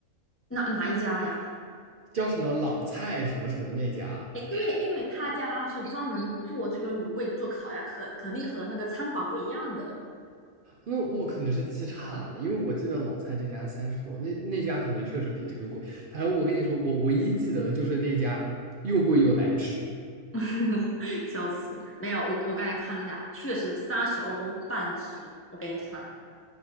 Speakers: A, on the left; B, on the right.
A: 哪哪一家呀？
B: 叫什么老蔡什么什么那家？
A: 因为因为他家是专门做这个卤味、做烤鸭，肯肯定和那个餐馆不一样的。
B: 那我可能是记差了，因为我记得老蔡这家三十多，那那家可能确实比这个贵。反正我跟你说，我唯一记得的就是那家又贵又难吃。
A: <laughs> 笑死，没有，我我刚才看了一下，确实三十欧半只，我给你看。